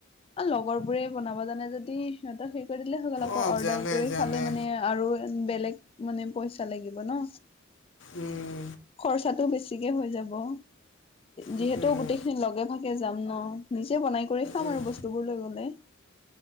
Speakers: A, on the left; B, on the left.
A: লগৰবোৰে বনাব জানে যদি সিহঁত সে- কৈ দিলে হৈ গল আক
B: অঁ
A: অৰ্ডাৰ
B: জানে
A: কৰি
B: জানে
A: খালে মানে আৰু বেলেগ মানে পইচ- তা লাগিব ন,
B: উম
A: খৰচাটো বেছিকৈ হৈ যাব। যিহেতু
B: উম
A: গোটেইখিনি লগে ভাগে যাম ন, নিজে বনাই কৰি খাম
B: উম
A: আৰু বস্তুবোৰ লৈ গ'লে।